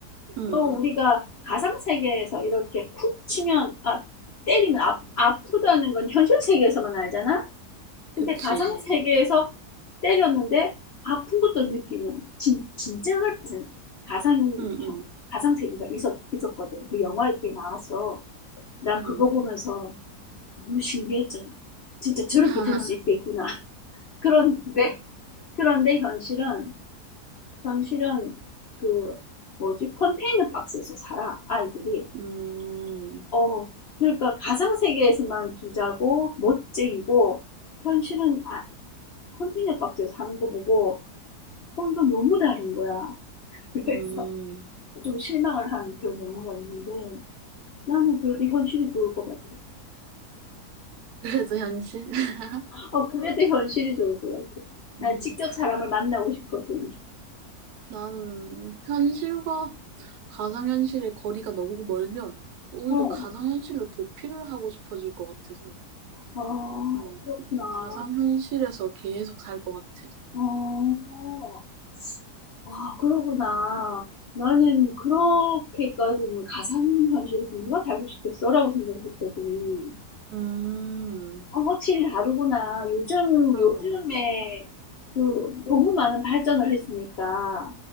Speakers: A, on the right; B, on the left.
A: 음,
B: 또 우리가 가상 세계에서 이렇게 쿡 치면 아 때리면 아, 아프다는 건 현실 세계에서만 알잖아.
A: 그치.
B: 근데 가상 세계에서 때렸는데 아픈 것도 느끼는 진, 진짜 같은 가상
A: 음, 음,
B: 가상 세계가 있었 있었거든. 그 영화에 게 나왔어. 나
A: 음.
B: 그거 보면서 너무 신기했잖아. 진짜 저렇게
A: <laughs> 하하,
B: 될 수 있겠구나. <laughs> 그런 데 그런데 현실은 현실은 그 뭐지 컨테이너 박스에서 살아 아이들이.
A: 음,
B: 어. 그러니까 가상 세계에서만 부자고 멋쟁이고 현실은 아 컨테이너 박스에 사는 거 보고 '어 이건 너무 다른 거야.' <laughs> 그래서
A: 음.
B: 좀 실망을 한 그런 영화가 있는데 나는 그래도 현실이 좋을 것 같아.
A: 그래도 현실? <laughs>
B: 어 그래도 <laughs> 현실이 좋을 것 같아. 난
A: 음,
B: 직접 사람을 만나고 싶거든.
A: 나는 현실과 가상현실의 거리가 너무 멀면 오히려
B: 어.
A: 가상현실로 도피를 하고 싶어질 것 같아서
B: 아
A: 어,
B: 그렇구나.
A: 가상현실에서 계속 살 것 같아.
B: 어. 아, 그러구나. 나는 그렇게까지는 가상현실에서 누가 살고 싶겠어라고 생각했거든.
A: 음,
B: 어, 확실히 다르구나. 요즘,
A: 그러게.
B: 요즘에 그 너무 많은 발전을 했으니까,